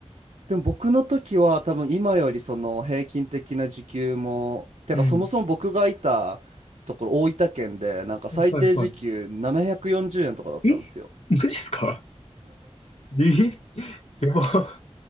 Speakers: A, on the right; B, on the left.
A: でも僕の時は多分今よりその平均的な時給もてかそもそも僕がいたところ大分県でなんか最低時給740円とかだったんですよ。
B: うん。はいはい。えマジっすかえやば。あ